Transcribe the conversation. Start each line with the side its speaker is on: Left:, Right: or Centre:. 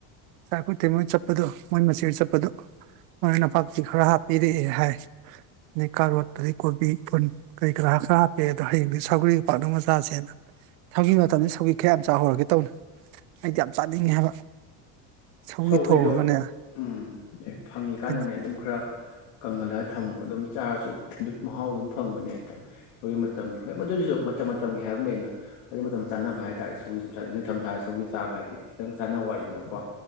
Right: ꯆꯥꯏꯈꯨꯠꯇꯦ ꯃꯣꯏ ꯆꯠꯄꯗꯣ ꯃꯣꯏ ꯃꯆꯤꯍꯣꯏ ꯆꯠꯄꯗꯣ ꯃꯣꯏ ꯅꯄꯥꯛꯄꯤ ꯈꯔ ꯍꯥꯞꯄꯤꯔꯛꯑꯦ ꯍꯥꯏ ꯑꯗꯩ ꯀꯥꯔꯣꯠ ꯑꯗꯩ ꯀꯣꯕꯤ ꯐꯨꯟ ꯀꯔꯤ ꯀꯔꯥ ꯈꯔ ꯍꯥꯞꯄꯤꯛꯑꯦ ꯑꯗꯣ ꯍꯌꯦꯡꯗꯤ ꯁꯧꯒꯔꯤꯒ ꯄꯥꯛꯅꯝꯒ ꯆꯥꯁꯦꯅ ꯁꯧꯒꯤ ꯃꯇꯝꯗ ꯁꯧ ꯈꯌꯥꯝ ꯆꯥꯍꯧꯔꯒꯦ ꯇꯧꯅꯤ ꯑꯩꯗꯤ ꯌꯥꯝ ꯆꯥꯅꯤꯡꯉꯦ ꯍꯥꯏꯕ ꯁꯧꯒꯤ
Left: ꯁꯧꯒ꯭ꯔꯤꯗꯣ
Right: ꯊꯣꯡꯉꯒꯅꯦ
Left: ꯎꯝ ꯐꯪꯉꯤꯀꯥꯟꯗꯅꯦ
Right: ꯀꯩꯅꯣ
Left: ꯑꯗꯨꯝ ꯈꯔ ꯀꯪꯍꯜꯂꯒ ꯊꯝꯒꯣ ꯑꯗꯨꯝ ꯆꯥꯔꯁꯨ ꯑꯗꯨ ꯃꯍꯥꯎ ꯑꯗꯨꯝ ꯐꯪꯕꯅꯦ ꯁꯧꯒꯤ ꯃꯇꯝꯒꯤ ꯍꯣꯏ ꯃꯗꯨꯁꯨ ꯃꯇꯝ ꯃꯇꯝꯒꯤ ꯍꯥꯏꯕ ꯑꯃ ꯂꯩꯅ ꯑꯗꯨꯒꯤ ꯃꯇꯝ ꯆꯥꯟꯅꯕ ꯍꯥꯏꯇꯥꯔꯦ ꯁꯧ ꯁꯧꯒꯤ ꯆ ꯅꯤꯡꯊꯝ ꯊꯥ ꯁꯧꯒꯤ ꯆꯥꯕ ꯍꯥꯏꯗꯤ ꯈꯤꯇꯪ ꯆꯥꯅꯕ ꯋꯥꯠꯂꯤꯗꯅꯀꯣ